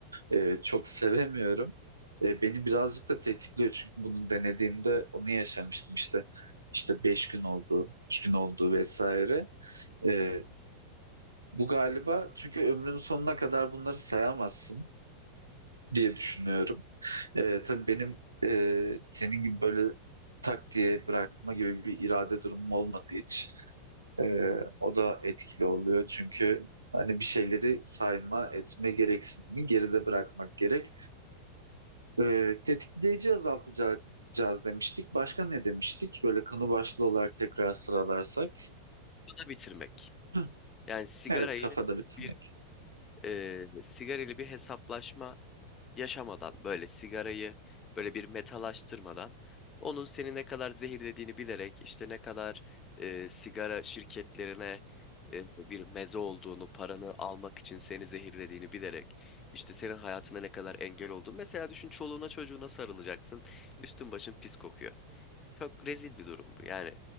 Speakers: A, on the right (about 80°); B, on the left (about 25°).
A: e, çok sevemiyorum. E, beni birazcık da tetikliyor çünkü bunu denediğimde onu yaşamıştım işte. İşte 5 gün oldu, 3 gün oldu vesaire. E, bu galiba çünkü ömrün sonuna kadar bunları sayamazsın diye düşünüyorum. E, tabii benim e, senin gibi böyle tak diye bırakma gibi bir irade durumum olmadı hiç. E, o da etkili oluyor çünkü hani bir şeyleri sayma, etme gereksinimi geride bırakmak gerek. Ee, tetikleyici azaltacağız demiştik. Başka ne demiştik? Böyle konu başlığı olarak tekrar sıralarsak.
B: Kafada bitirmek.
A: Hı,
B: Yani sigarayı
A: Evet, kafada bitirmek.
B: bir e, sigarayla bir hesaplaşma yaşamadan böyle sigarayı böyle bir metalaştırmadan onun seni ne kadar zehirlediğini bilerek işte ne kadar e, sigara şirketlerine e, bir meze olduğunu paranı almak için seni zehirlediğini bilerek işte senin hayatına ne kadar engel olduğunu mesela düşün çoluğuna çocuğuna sarılacaksın üstün başın pis kokuyor. Çok rezil bir durum bu. Yani